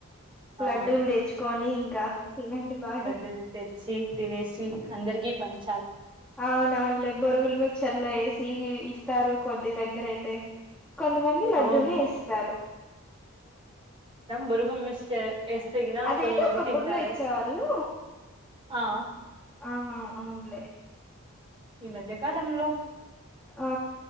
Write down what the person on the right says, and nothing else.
ఆ
లడ్డలు తెచ్చి తినేసి అందరికి పంచి
అవును
బొరుగు మిక్చర్ ఎస్తగిన
కొంతమంది
తింటారు
ఆ
ఈ మధ్య కాలంలో